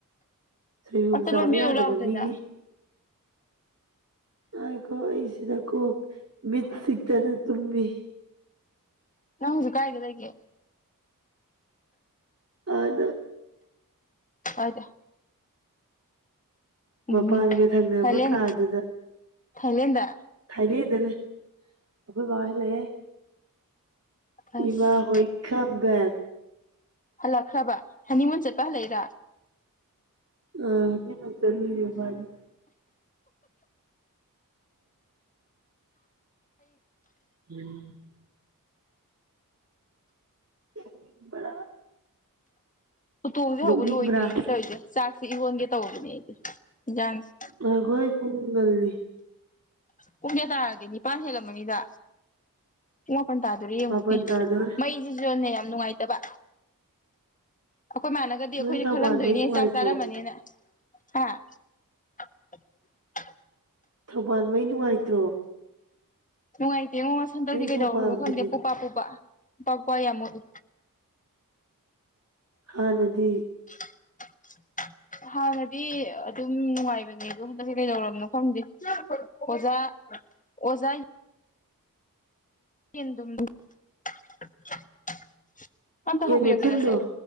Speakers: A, on the right; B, on the left.
A: ꯁꯣꯏꯕꯣꯨꯝ
B: ꯑꯝꯇ
A: ꯆꯥꯕ
B: ꯂꯣꯟꯕꯤꯌꯨ
A: ꯌꯥꯗꯕ
B: ꯂꯥꯎꯗꯅ
A: ꯃꯤꯒꯤ ꯇꯥꯏꯀꯣ ꯑꯩꯁꯤꯗ ꯀꯣꯛ ꯃꯤꯠ ꯆꯤꯛꯇꯅ ꯇꯨꯝꯃꯤ
B: ꯅꯪ ꯍꯧꯖꯥꯛ ꯀꯥꯏꯗ ꯂꯩꯗꯒꯦ
A: ꯑꯗ
B: ꯀꯥꯏꯗ ꯎꯝ
A: ꯃꯄꯥꯟꯒ ꯊꯪꯅꯕ
B: ꯊꯥꯏꯂꯦꯟ
A: ꯀꯥꯗꯨꯗ
B: ꯊꯥꯏꯂꯦꯟꯗ
A: ꯊꯥꯏꯂꯦꯟꯗ ꯂꯩ ꯑꯈꯣꯏ ꯕꯥꯍꯣꯏ ꯍꯜꯂꯛꯑꯦ
B: ꯑꯁ
A: ꯏꯃꯥ ꯍꯣꯏꯈꯝꯕꯦꯟ
B: ꯍꯜꯂꯛꯈ꯭ꯔꯕ ꯍꯅꯤꯃꯨꯟ ꯆꯠꯄ ꯍꯜꯂꯛꯏꯔ‌ꯣ
A: ꯎꯝ ꯍꯅꯤꯃꯨꯟ ꯆꯠꯂꯨꯏꯅ‌ꯦ ꯃꯥꯗꯤ <unintelligible> <unintelligible>
B: ꯎꯇꯣꯡꯁꯦ
A: ꯅꯣꯛꯅꯤꯡꯕ꯭ꯔꯥ
B: ꯍꯧꯕ ꯂꯣꯏꯗ꯭ꯔꯤꯅꯦ ꯇꯧꯏꯖ‌ꯦ ꯆꯥꯛꯁꯦ ꯏꯔꯣꯟꯒꯦ ꯇꯧꯕꯅꯦ ꯑꯩꯗꯤ ꯏꯟꯖꯥꯡꯁ
A: ꯉꯥꯏꯈꯣꯍ‌ꯦ ꯄꯨꯡ ꯉꯜꯂꯤ
B: ꯄꯨꯡ ꯀꯌꯥ ꯇꯥꯔꯒꯦ ꯅꯤꯄꯥꯟ ꯍꯦꯜꯂꯝꯃꯅꯤꯗ ꯄꯨꯡ ꯃꯥꯄꯟ ꯇꯥꯗ‌ꯣꯔ‌ꯦ ꯌꯦꯡꯉꯨꯅꯦ
A: ꯃꯥꯄꯜ ꯇꯥꯗꯣꯔꯦ
B: ꯃꯩꯁꯤꯁꯨꯅ‌ꯦ ꯌꯥꯝ ꯅꯨꯡꯉꯥꯏ ꯇꯕ ꯑꯩꯈꯣꯏ ꯃꯥꯥꯟꯅꯒꯗꯤ ꯑꯩꯈꯣꯏꯁꯦ
A: ꯅꯣꯏ ꯊꯧꯕꯥꯜꯃꯩ
B: ꯈꯜꯂꯝꯗꯣꯏꯅꯦ
A: ꯅꯨꯡꯉꯥꯏꯇ꯭ꯔꯣ
B: ꯆꯥꯛ ꯆꯥꯔꯝꯃꯅꯤꯅ ꯍꯥꯥ <unintelligible>
A: ꯊꯧꯕꯥꯟ ꯃꯩ ꯅꯨꯡꯉꯥꯏꯇ꯭ꯔꯣ
B: ꯅꯨꯡꯉꯥꯏꯇꯦꯉꯣ ꯑꯁ ꯍꯟꯇꯛꯇꯤ
A: ꯅꯣꯏ
B: ꯀꯩꯗꯧꯔꯅꯣ
A: ꯊꯧꯕꯥꯜꯒꯤꯅꯦ
B: ꯈꯪꯗꯦ ꯄꯨꯄꯥ ꯄꯨꯄꯥ ꯄꯨꯄꯥ ꯄꯨꯄꯥ ꯌꯥꯝ ꯃꯨꯠꯂꯤ
A: ꯍꯥꯟꯅꯗꯤ
B: <unintelligible> ꯍꯥꯟꯅꯗꯤ ꯑꯗꯨꯝ ꯅꯨꯡꯉꯥꯏꯕꯅꯦ ꯑꯗꯣ ꯍꯟꯗꯛꯁꯦ ꯀꯩꯗꯧꯔꯕꯅꯣ ꯈꯪꯗꯦ ꯑꯣꯖꯥ ꯑꯣꯖꯥ <unintelligible> ꯑꯝꯇ
A: ꯌꯦꯟ
B: ꯍꯧꯕꯤꯔꯛꯀꯦꯔꯁꯦ
A: ꯃꯊꯨꯟꯗꯣ